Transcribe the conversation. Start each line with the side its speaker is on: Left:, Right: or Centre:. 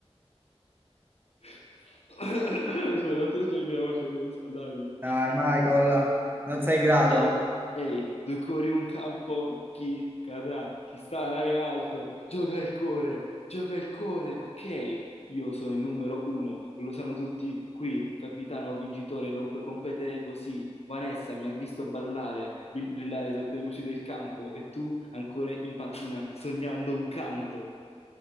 Left: <coughs> Scusa, non ti schiaccio la voce, devo riscaldarmi.
Right: Dai, Michael, non sei in grado.
Left: Ehi, ehi, due cuori un campo, chi cadrà, chi starà in alto, gioca il cuore, gioca il cuore, ok? Io sono il numero uno, lo sanno tutti qui, capitano vincitore, non puoi competere così. Vanessa mi ha visto ballare, bil- brillare sotto le luci del campo e tu ancora in panchina sognando un canto.